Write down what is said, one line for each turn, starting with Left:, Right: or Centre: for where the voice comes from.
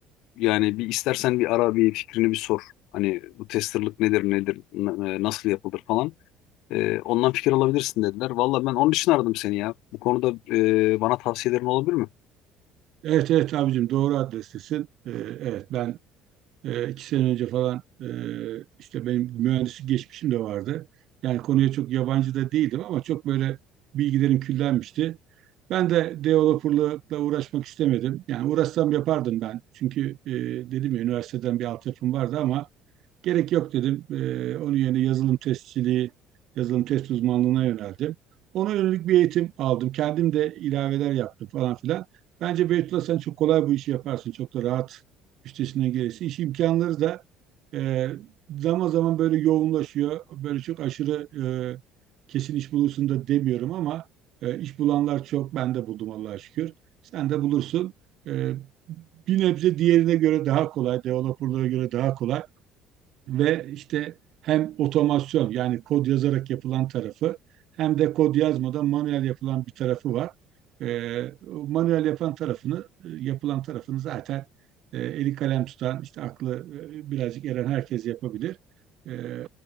Left: yani bir istersen bir ara bir fikrini bir sor. Hani bu testerlık nedir nedir n- e, nasıl yapılır falan. Ee, ondan fikir alabilirsin dediler. Valla ben onun için aradım seni ya. Bu konuda e, bana tavsiyelerin olabilir mi?
Right: Evet evet abicim doğru adrestesin. Ee, evet ben e, iki sene önce falan e, işte benim mühendislik geçmişim de vardı. Yani konuya çok yabancı da değildim ama çok böyle bilgilerim küllenmişti. Ben de developerlıkla uğraşmak istemedim. Yani uğraşsam yapardım ben. Çünkü e, dedim ya üniversiteden bir altyapım vardı ama Gerek yok dedim. Ee, onun yerine yazılım testçiliği, yazılım test uzmanlığına yöneldim. Ona yönelik bir eğitim aldım. Kendim de ilaveler yaptım falan filan. Bence Beytullah sen çok kolay bu işi yaparsın. Çok da rahat üstesinden gelirsin. İş imkanları da e, zaman zaman böyle yoğunlaşıyor. Böyle çok aşırı e, kesin iş bulursun da demiyorum ama e, iş bulanlar çok. Ben de buldum Allah'a şükür. Sen de bulursun. E, bir nebze diğerine göre daha kolay, developerlara göre daha kolay ve işte hem otomasyon yani kod yazarak yapılan tarafı hem de kod yazmadan manuel yapılan bir tarafı var. Ee, o manuel yapan tarafını yapılan tarafını zaten e, eli kalem tutan işte aklı e, birazcık eren herkes yapabilir. Ee,